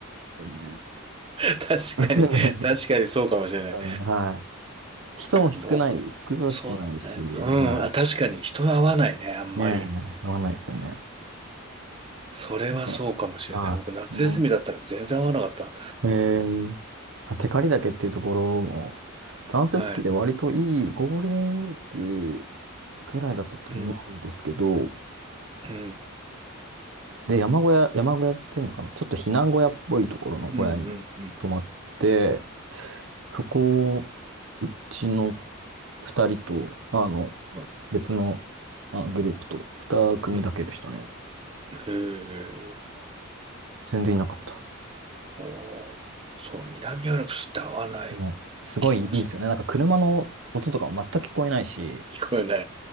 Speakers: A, on the right (about 65°); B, on the right (about 25°).
A: すよね。
B: <laughs> 確かに、
A: <laughs> ね、
B: 確かにそうかもしれない。
A: だねはい。人も少ない、
B: 僕、
A: 少ない少ないし、
B: そうだね。うん、
A: は
B: あ、確かに人は合わないね、あんまり。
A: い。ねえ、合わないですよね。
B: それはそうかもしれない。
A: なんか、はい。
B: 僕、夏休みだったのに全然合わなかった。
A: その、えー、まあ、テカリ岳っていうところも、断雪期で割といいゴールデンウィーク
B: はい。
A: ぐらいだったと思うんですけど、
B: うん、うん、
A: で、山小屋、山小屋っていうのかな、ちょっと避難小屋っぽいところの小屋に泊まって、
B: うん、うん、うん。
A: そこをうちの2人と、あの、
B: はい
A: 別の、あのグループと2組だけでしたね。
B: うん、へえ。
A: 全然いなかった。
B: おーそう、南アルプスって合わない
A: でも、すごいいいですよね。
B: 気がし、
A: なんか車の音とかも全く聞こえないし、
B: 聞こえない。